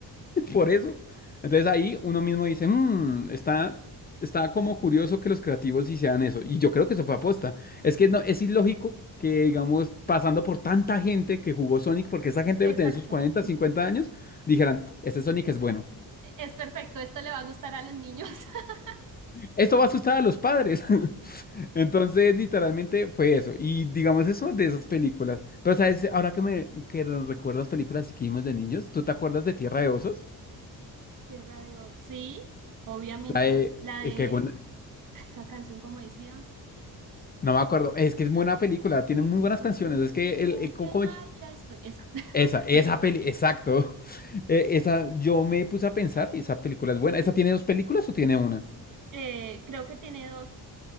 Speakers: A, on the left; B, on the right.
A: por eso. Entonces ahí uno mismo dice, "Mm, está, está como curioso que los creativos hicieran eso. Y yo creo que eso fue aposta. Es que no, es ilógico que, digamos, pasando por tanta gente que jugó Sonic, porque esa gente
B: Exacto,
A: debe tener sus 40
B: sí.
A: 50 años, dijeran, este Sonic es bueno.
B: Es perfecto, esto le va a gustar a los niños. <laughs>
A: Esto va a asustar a los padres. <laughs> Entonces, literalmente fue eso. Y digamos eso de esas películas. Pero, ¿sabes? Ahora que me que recuerdas películas que vimos de niños, ¿tú te acuerdas de Tierra de Osos?
B: Tierra de Oz. Sí, obviamente.
A: La de-
B: La
A: eh,
B: de
A: que, bueno,
B: esa canción, como decía,
A: No me acuerdo. Es que es buena película, tiene muy
B: es
A: buenas
B: el
A: canciones. Es
B: mundo
A: que el, el- ¿cómo-
B: que
A: cómo
B: en marcha
A: es?
B: estoy. Esa.
A: esa, esa
B: <laughs>
A: peli, exacto. <laughs> Eh, esa, yo me puse a pensar y esa película es buena. ¿Esa tiene dos películas o tiene una?
B: Eh, creo que tiene dos,